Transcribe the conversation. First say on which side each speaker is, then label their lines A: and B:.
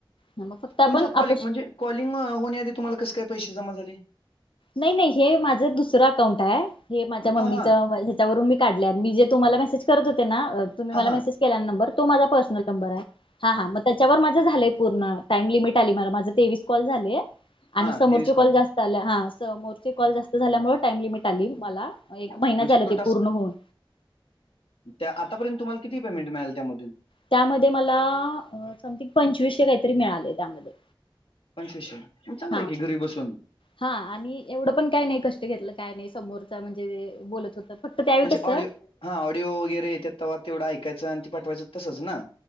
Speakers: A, on the left; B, on the left.
A: मग फक्त आपण
B: तुमचं कॉलिंग म्हणजे कॉलिंग होण्याआधी तुम्हाला कसं काय पैसे जमा झालय..
A: नाही नाही, हे माझं दुसरं अकाउंट आहे, हे माझ्या मम्मीचं
B: हा हा
A: त्यावरून मी काढलेय, आणि मी जे तुम्हाला मेसेज करत होते ना, तुम्ही
B: हा
A: मला
B: हा
A: मेसेज केला ना नंबर, तो माझा पर्सनल नंबर आहे. हा हा, मग त्याच्यावर माझं झालंय, पूर्ण टाइम लिमिट आली मला, माझं तेवीस कॉल झालेय.
B: हा
A: आणि समोरचे
B: तेवीस
A: कॉल जास्त आले हा समोरचे कॉल जास्त झाल्यामुळे टाइम लिमिट आली मला एक
B: म्हणजे
A: महिना झाला
B: तो
A: ते
B: टास्क,
A: पूर्ण होऊन
B: त्या आतापर्यंत तुम्हाला किती पेमेंट मिळाले त्यामधून?
A: त्यामध्ये मला समथिंग पंचवीसशे काहीतरी मिळाले त्यामध्ये.
B: पंचवीशे, म चांगला
A: हा
B: आहे की घरी बसून.
A: हा आणि एवढं पण काय नाही कष्ट घेतलं काय नाही समोरचा म्हणजे बोलत होत फक्त त्यावेळी
B: म्हणजे
A: कसं
B: ऑडिओ हा ऑडिओ वगैरे येत्यात तेवा तेवढं ऐकायचं आणि ते पाठवायचं तसंच ना?